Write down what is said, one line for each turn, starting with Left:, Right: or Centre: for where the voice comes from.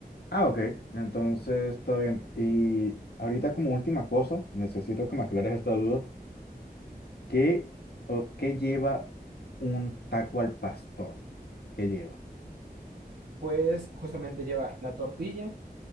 Left: Ah, ok. Entonces, todo bien. Y ahorita como última cosa, necesito que me aclares esta duda. ¿Qué, o, qué lleva un taco al pastor? ¿Qué lleva?
Right: Pues justamente lleva la tortilla